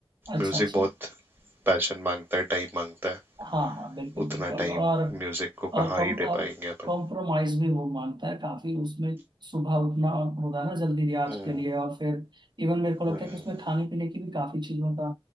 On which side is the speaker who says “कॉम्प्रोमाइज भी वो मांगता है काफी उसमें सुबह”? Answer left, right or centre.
Right